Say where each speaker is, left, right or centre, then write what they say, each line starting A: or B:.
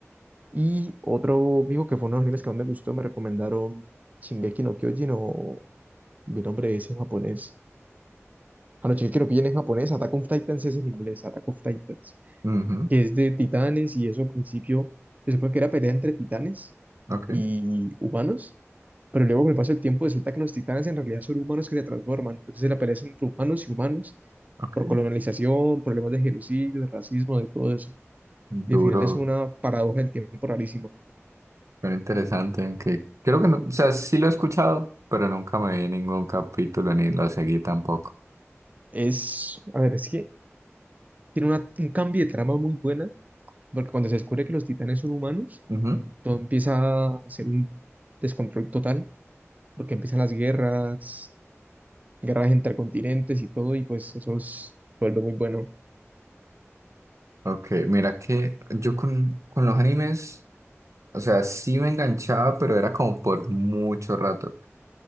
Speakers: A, on the right; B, on the right.
A: Y otro amigo que fue uno de los animes que más me gustó, me recomendaron Shingeki no Kyojin o mi nombre es en japonés. Ah, no, Shingeki no Kyojin en japonés, Attack of Titans es en inglés, Attack of Titans,
B: ujú.
A: que es de titanes y eso al principio se supone que era pelea entre titanes
B: Ok,
A: y humanos, pero luego con el paso del tiempo resulta que los titanes en realidad son humanos que se transforman, entonces la pelea es entre humanos y humanos
B: ok.
A: por colonización, problemas de genocidio, de racismo, de todo eso. Y
B: Duro,
A: al final es una paradoja del tiempo rarísima.
B: pero interesante, aunque creo que no, o sea, sí lo he escuchado, pero nunca me vi ningún capítulo ni lo seguí tampoco.
A: Es, a ver, es que tiene una- un cambio de trama muy buena, porque cuando se descubre que los titanes son humanos,
B: Ujú.
A: todo empieza a ser un descontrol total, porque empiezan las guerras, guerras entre continentes y todo, y pues eso es- vuelve muy bueno.
B: Ok, mira que yo con, con los animes, o sea, sí me enganchaba, pero era como por mucho rato.